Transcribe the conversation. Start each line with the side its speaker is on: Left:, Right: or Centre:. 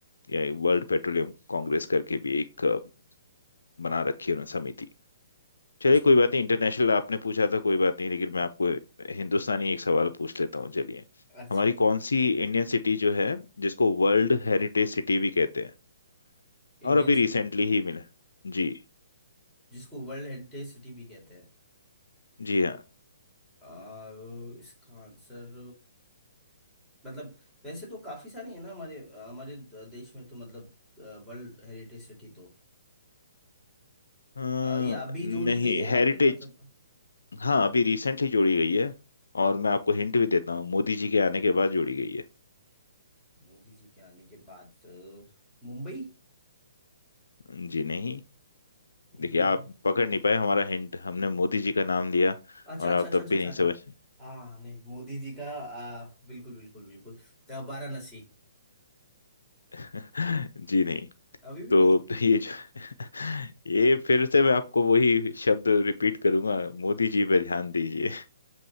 Left: ये वर्ल्ड पेट्रोलियम कांग्रेस करके भी एक अ, बना रखी है उन्होंने समिति
Centre: अच्छा
Left: चलिए कोई बात नहीं इंटरनेशनल आपने पूछा था कोई बात नहीं लेकिन मैं आपको हिंदुस्तानी एक सवाल पूछ लेता हूँ चलिए
Centre: अच्छा
Left: हमारी कौन सी इंडियन सिटी जो है जिसको वर्ल्ड हेरिटेज सिटी भी कहते हैं और
Centre: Indian
Left: अभी रिसेंटली
Centre: city
Left: ही मिला जी
Centre: जिसको वर्ल्ड हेरिटेज सिटी भी कहते हैं
Left: जी हाँ
Centre: आ, इसका आंसर मतलब वैसे तो काफी सारी है ना हमारे हमारे द- देश में तो मतलब वर्ल्ड हेरिटेज सिटी तो
Left: अ,
Centre: अ, ये अभी जोड़ी
Left: नहीं
Centre: गई है
Left: हेरिटेज
Centre: या फिर मतलब
Left: हाँ अभी रिसेंटली जोड़ी गई है और मैं आपको हिंट भी देता हूँ मोदी जी के आने के बाद जोड़ी गई
Centre: मोदी जी के आने के बाद अ, मुंबई
Left: है जी नहीं
Centre: मुंबई
Left: देखिए आप
Centre: नहीं
Left: पकड़ नहीं पाए हमारा हिंट हमने मोदी जी का नाम लिया
Centre: अच्छा
Left: और
Centre: अच्छा
Left: आप
Centre: अच्छा
Left: तब
Centre: अच्छा
Left: भी
Centre: अच्छा
Left: नहीं
Centre: अच्छा
Left: समझ
Centre: हाँ नहीं मोदी जी का अ, बिल्कुल बिल्कुल बिल्कुल अ, वाराणसी
Left: <laughs> जी नहीं
Centre: अभी भी
Left: तो
Centre: नहीं
Left: तो ये जो <laughs> ये फिर से मैं आपको वही शब्द रिपीट करूंगा मोदी जी पे ध्यान दीजिए